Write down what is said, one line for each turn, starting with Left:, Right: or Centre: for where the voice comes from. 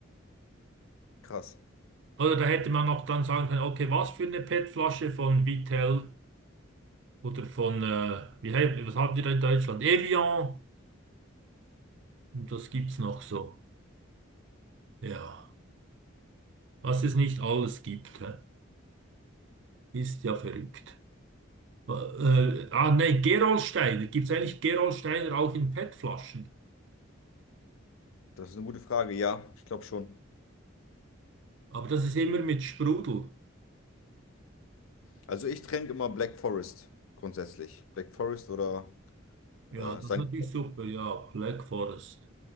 Left: Krass.
Right: Oder da hätte man noch dann sagen können, okay, was für eine PET-Flasche von Vittel oder von, äh, wie, he- was habt ihr da in Deutschland? Evian. Und das gibt's noch so. Ja, was es nicht alles gibt, hä? Ist ja verrückt. Äh, äh, ah, nee, Gerolsteiner. Gibt's eigentlich Gerolsteiner auch in PET-Flaschen?
Left: Das ist eine gute Frage. Ja, ich glaube schon.
Right: Aber das ist immer mit Sprudel.
Left: Also ich tränke immer Black Forest grundsätzlich. Black Forest oder
Right: Ja,
Left: äh,
Right: das
Left: St.
Right: ist natürlich super. Ja, Black Forest.